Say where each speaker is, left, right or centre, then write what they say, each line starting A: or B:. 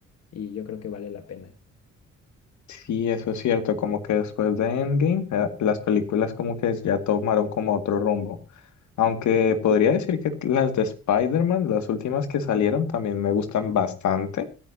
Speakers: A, on the left; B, on the left.
A: y yo creo que vale la pena.
B: Sí, eso es cierto, como que después de Endgame, eh, las películas como que ya tomaron como otro rumbo. Aunque podría decir que las de Spider-Man, las últimas que salieron, también me gustan bastante.